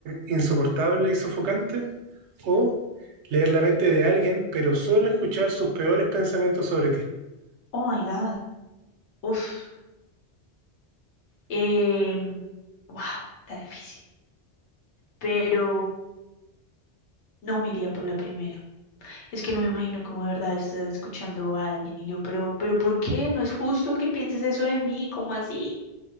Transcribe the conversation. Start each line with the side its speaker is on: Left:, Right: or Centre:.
Right: insoportable y sofocante, o leer la mente de alguien, pero solo escuchar sus peores pensamientos sobre ti. <laughs>
Left: oh my God, uf, eh, wow, está difícil, pero no me iría por la primera. Es que no me imagino cómo de verdad estás escuchando a alguien y yo, pero, pero ¿por qué? No es justo que pienses eso de mí, ¿cómo así?